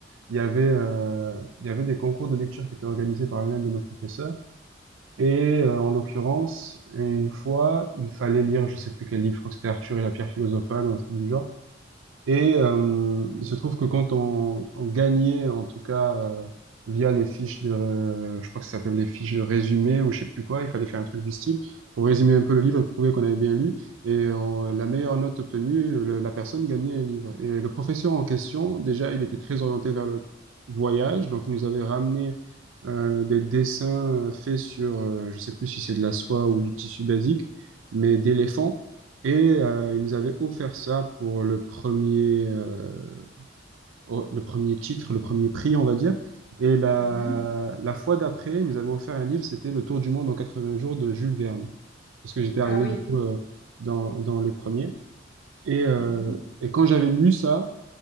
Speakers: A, on the right; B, on the left.
A: Il y avait, euh, il y avait des concours de lecture qui étaient organisés par l'un de nos professeurs. Et euh, en l'occurrence, une fois, il fallait lire, je sais plus quel livre, je crois que c'était Arthur et la pierre philosophale ou un truc du genre. Et euh, il se trouve que quand on, on gagnait, en tout cas, euh, via les fiches de, euh, je crois que ça s'appelle les fiches de résumé ou je sais plus quoi, il fallait faire un truc du style pour résumer un peu le livre, prouver qu'on avait bien lu. Et on- la meilleure note obtenue, le- la personne gagnait un livre. Et le professeur en question, déjà, il était très orienté vers le voyage, donc il nous avait ramené euh, des dessins euh, faits sur, euh, je sais plus si c'est de la soie ou du tissu basique, mais d'éléphants. Et euh, il nous avait offert ça pour le premier, euh, oh, le premier titre, le premier prix, on va dire. Et la,
B: Mhm.
A: la fois d'après, il nous avait offert un livre, c'était Le Tour du monde en quatre-vingts jours de Jules Verne. Parce que j'étais arrivé
B: Ah oui.
A: du coup euh, dans, dans les premiers. Et, euh,
B: Mhm.
A: et quand j'avais lu ça,